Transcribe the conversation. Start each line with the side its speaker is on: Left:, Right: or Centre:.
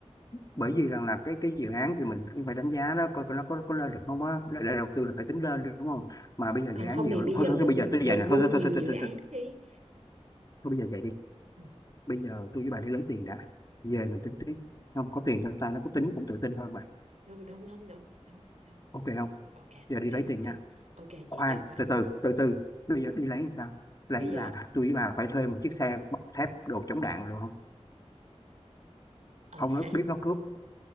Left: bởi vì rằng là cái cái dự án thì mình cũng phải đánh giá đó coi coi nó có có lên được không á Là- là đầu tư là phải tính lên đi, đúng không mà bây giờ
Right: còn
Left: dự án
Right: không
Left: nhiều
Right: thì
Left: lắm
Right: bây
Left: thôi
Right: giờ
Left: thôi,
Right: mình
Left: thôi bây giờ tôi
Right: mình
Left: vậy nè
Right: mua
Left: thôi thôi
Right: nhiều
Left: thôi thôi
Right: dự
Left: thôi, thôi,
Right: án
Left: thôi,
Right: đi
Left: thôi bây giờ vậy đi
Right: Ừ,
Left: bây giờ tôi với bà đi lấy tiền đã về mình tính tiếp không có tiền trong tay nó có tính cũng tự tin hơn bà
Right: đúng đúng đúng đúng đúng đúng
Left: ok không
Right: ok
Left: giờ
Right: đồng
Left: đi
Right: ý
Left: lấy
Right: đồng
Left: tiền
Right: ý
Left: nha
Right: ok
Left: khoan
Right: chị chuyển khoản
Left: từ từ từ từ bây giờ đi lấy làm sao lấy
Right: bây giờ
Left: là tôi với bà phải thuê một chiếc xe bọc thép đồ chống đạn luôn không
Right: ờ
Left: không
Right: ha
Left: nó biết nó cướp